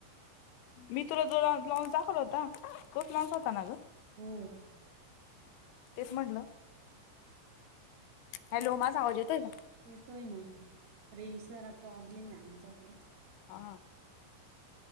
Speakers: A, on the left (about 80°); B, on the right (about 55°).
A: मी तुला जो ब्लाऊज दाखवला होता. तोच ब्लाऊज होता ना ग?
B: हो् ते?
A: तेच म्हटलं हॅलो
B: हेलो!
A: माझा आवाज येतोय का
B: येतोय ना रेंज प्रॉब्लेम आहे आमच्याकड.
A: हा!